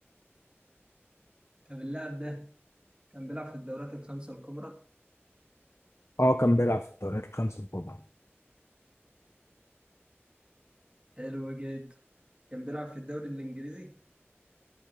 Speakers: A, on the right; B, on the left.
A: طب اللاعب ده كان بيلعب في الدورات الخمسة الكبرى
B: أه كان بيلعب في الدوريات الخمسة الكبرى
A: حلو جدا كان بيلعب في الدوري الانجليزي